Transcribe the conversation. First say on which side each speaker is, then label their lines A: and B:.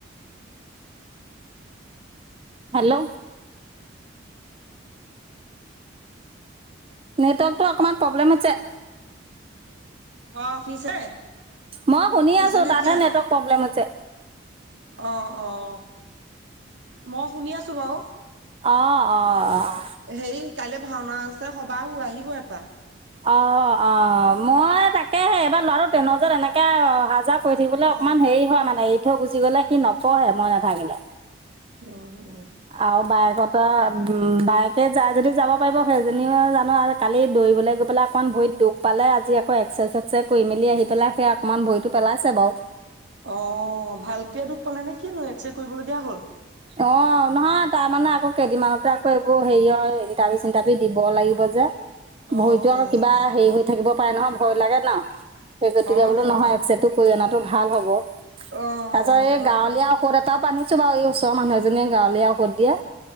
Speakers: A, on the right; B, on the right.
A: হেল্ল'। নেটৱৰ্কটো অকণমান প্ৰব্লেম হৈছে
B: আহ শুনিছে
A: মই শুনি
B: শুনিছে
A: আছো
B: নে
A: তাতহে
B: এতিয়া
A: নেটৱৰ্ক প্ৰব্লেম হৈছে
B: অ', অ' ম শুনি আছো বাও।
A: অ অ অ
B: সেই কাইলৈ ভাওনা আছে সবাহো আহিব এপাক
A: অ অ মই তাকেহে এইবাৰ লৰাটো টেনত যে এনেকে অহ যোৱা কৰি থাকিবলে
B: অ
A: অকমান হেৰি হয় মানে এৰি থৈ গুজি গলে সি নপঢ়ে মই নাথাকিলে
B: অহ
A: আৰু বাইকটা উ বাইক সেই যাই যদি যাব পাৰিব সেইজনীও জানো আৰু কালি দৌৰিবলে গৈ পেলাই অকণমান ভৰিত দুখ পালে আজি আকৌ এক এক্স ছেক্স কৰি মেলি আহি পেলাই সেই অকণমান ভৰিটো পেলাইছে বাও
B: অ' ভালকে দুখ পালে নে কিনো? এক্স ৰে কৰিবলগীয়া হ'ল।
A: অ নহয় তাৰমানে আকৌ কেইদিনমানতে আকৌ এইবোৰ হেৰিয় ইণ্টাৰভি চিটাৰভি দিব লাগিব যে ভইতো
B: অ অ
A: আকৌ কিবা
B: অ
A: হেই হৈ থাকিব পাই নহয়, ভয় লাগে ন। সেই গতিকে
B: হয়
A: বোলো
B: হয়
A: নহয় এক্সটো কই অনাতটো ভাল হ'ব।
B: অ',
A: তাৰপিছত এই
B: হয়
A: গাঁৱলীয়া
B: হয়।
A: ঔষধ এটা বান্ধিছো বাৰু এই ওচৰৰ মানুহজনীয়ে গাঁৱলীয়া ঔষধ দিয়ে,